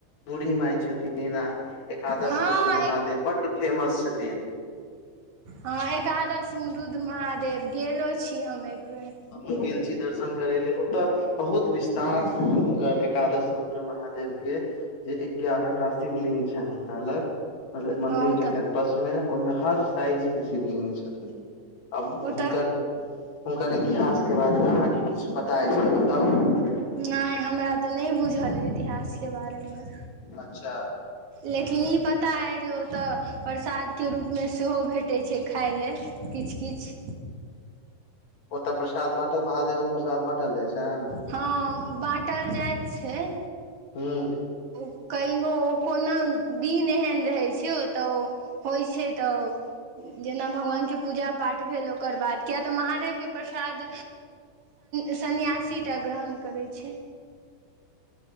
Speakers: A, on the left; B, on the right.
A: बूढ़ी माय छथिन आ एकादश
B: हँ
A: रुद्र महादेव बड्ड फेमस छथिन
B: हाँ एकादशमे रुद्र महादेव गेलो छी हम एक बेर
A: हमूँ गेल छी दर्शन करै ले ओतऽ बहुत विस्तार छनि हुनकर एकादश रुद्र महादेवके जे एगारह टा शिव लिंग छनि हुनका लग मतलब मंदिरके
B: हँ ओतऽ
A: पसमे ओहिमे हर साइज के शिवलिंग छथिन आब
B: ओतऽ
A: हुनकर एककर इतिहासके बारेमे अहाँके किछु पता अछि तऽ बताउ
B: नहि हमरा तऽ नहि बुझल अइ इतिहासके बारेमे
A: अच्छा
B: लेकिन ई पता अइ जो तऽ प्रसादके रूपमे सेहो भेटैत छै खााय लेल किछ किछ
A: ओतऽ प्रसाद बाँटल महादेवक प्रसाद बाँटल जाइ छैन
B: हाँ बाँटल जाइत छै
A: हूँ
B: ओ कहियो कोनो दिन एहन रहै छै ओतह ओ होइत छै तऽ जेना भगवानके पूजा पाठ भेल ओकर बाद किया तऽ महादेवके प्रसाद सन्यासीटा ग्रहण करै छै